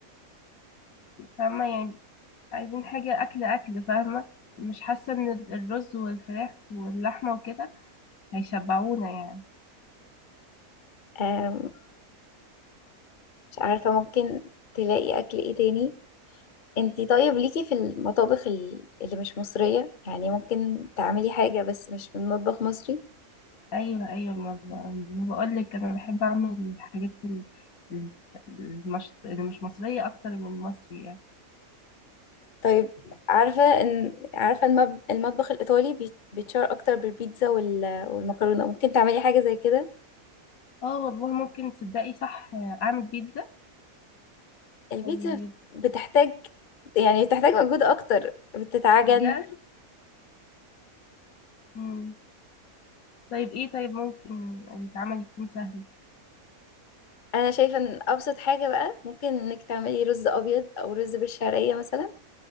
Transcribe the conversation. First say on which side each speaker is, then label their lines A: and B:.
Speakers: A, on the left; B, on the left.
A: فاهمة يعني عايزين حاجة أكل أكل فاهمة مش حاسة إن ال- الرز والفراخ واللحمة وكده هيشبعونا يعني
B: آم، مش عارفة ممكن تلاقي اكل ايه تاني انتي طيب ليكي في المطابخ ال- اللي مش مصرية يعني ممكن تعملي حاجة بس مش من مطبخ مصري
A: أيوة أيوة ما ب- ما بقولك أنا بحب أعمل الحاجات ال- ال- المش... اللي مش مصرية أكتر من مصري يعني
B: طيب عارفة ان عارفة المب... المطبخ الإيطالي بيت- بيتشهر أكتر بالبيتزا وال... والمكرونة ممكن تعملي حاجة زي كده
A: اه والله ممكن تصدقي صح أعمل بيتزا
B: البيتزا
A: طيب
B: بت- بتحتاج يعني بتحتاج مجهود أكتر بتتعجن
A: بجد مم. طيب إيه طيب ممكن يتعمل يكون سهل
B: أنا شايفة إن أبسط حاجة بقى ممكن إنك تعملي رز أبيض أو رز بالشعرية مثلا